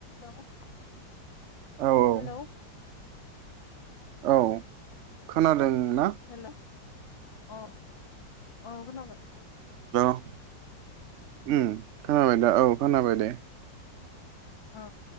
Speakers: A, on the left; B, on the right.
A: औ
B: औ औ
A: हेलौ <inaudible>
B: औ खोनादों। ना?
A: हेल'। अ। औ खोनाबाय।
B: <inaudible> ओम खोनाबाय दा औ खोनाबाय दे।
A: अ